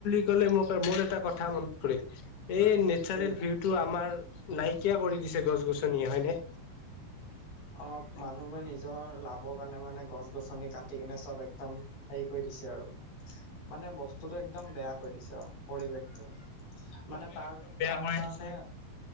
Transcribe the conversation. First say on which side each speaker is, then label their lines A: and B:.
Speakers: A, on the left; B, on the left.
A: লে মোক মোৰ এটা কথা মনত পৰিল এই নেচাৰেল
B: কি
A: বিউটি তটো আমাৰ নাইকিয়া কৰি দিছে গছ গছনিয়ে হয় নে
B: অ মানুহবোৰে নিজৰ লাভৰ কাৰণে মানে গছ গছনি কাটি কিনে চব একদম হেৰি কৰি দিছে আৰু
A: <inaudible>
B: মানে বস্তুতটো একদম বেয়া কৰি দিছে আৰু পৰিৱেশটো
A: পৰিৱেশ
B: মানে তাৰ
A: একদম বেয়া
B: তাৰ
A: কৰি
B: কাৰণে-
A: দিছে।